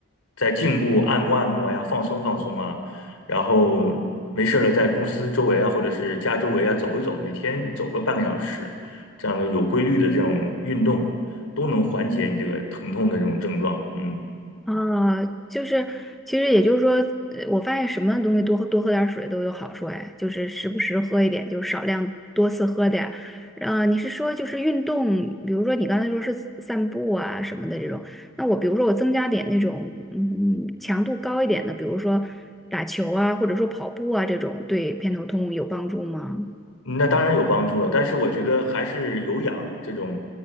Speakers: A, on the left; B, in the centre.
A: 在颈部按摩按摩呀，放松放松啊。然后没事儿了，在公司周围啊，或者是家周围啊走一走，每天走个半个小时，这样的有规律的这种运动，都能缓解你这个疼痛的这种症状。嗯。
B: 啊，就是其实也就是说，呃我发现什么东西多喝多喝点儿水都有好处哎，就是时不时喝一点，就少量多次喝点儿。呃，你是说就是运动，比如说你刚才说是散步啊什么的这种，那我比如说我增加点那种嗯强度高一点的，比如说打球啊，或者说跑步啊这种，对偏头痛有帮助吗？
A: 嗯那当然有帮助了，但是我觉得还是有氧这种，